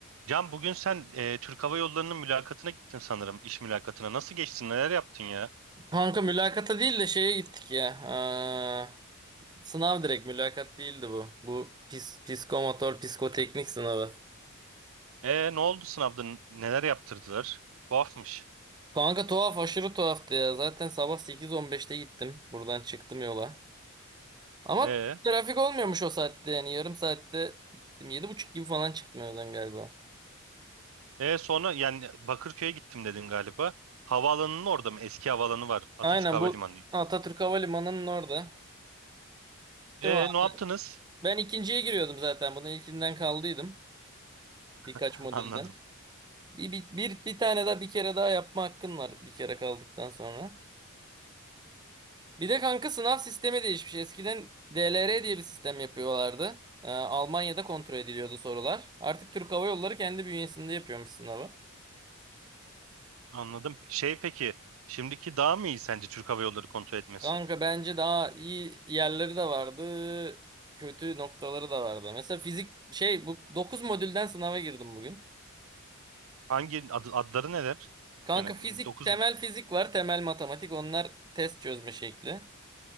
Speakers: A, on the right (about 70°); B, on the right (about 20°).
A: Can bugün sen e, Türk Hava Yolları'nın mülakatına gittin sanırım, iş mülakatına. Nasıl geçtin, neler yaptın ya?
B: Kanka mülakata değil de şeye gittik ya. Aa, sınav direkt mülakat değildi bu. Bu pis, psikomotor, psikoteknik sınavı.
A: E ne oldu sınavda, n- neler yaptırdılar? Tuhafmış.
B: Kanka tuhaf aşırı tuhaftı ya. Zaten sabah 8.15'te gittim. Buradan çıktım yola. Ama
A: E,
B: trafik olmuyormuş o saatte yani. Yarım saatte gittim. yedi buçuk gibi falan çıktım evden galiba.
A: e sonra yani Bakırköy'e gittim dedin galiba. Havaalanının orada mı? Eski havaalanı var. Atatürk
B: Aynen
A: Havalimanı.
B: bu Atatürk Havalimanı'nın orada.
A: E
B: Değil mi abi?
A: ne yaptınız?
B: Ben ikinciye giriyordum zaten. Bunun ilkinden kaldıydım. Birkaç
A: <laughs>
B: modülden.
A: Anladım,
B: Bir, bir, bir, bir tane daha bir kere daha yapma hakkın var bir kere kaldıktan sonra. Bir de kanka sınav sistemi değişmiş. Eskiden DLR diye bir sistem yapıyorlardı. Ee, Almanya'da kontrol ediliyordu sorular. Artık Türk Hava Yolları kendi bünyesinde yapıyormuş sınavı.
A: anladım. Şey peki, şimdiki daha mı iyi sence Türk Hava Yolları kontrol etmesi?
B: Kanka bence daha iyi yerleri de vardı. Kötü noktaları da vardı. Mesela fizik şey bu 9 modülden sınava girdim bugün.
A: Hangi ad- adları neler?
B: Kanka
A: Yani
B: fizik
A: 9
B: temel
A: modül.
B: fizik var temel matematik onlar test çözme şekli.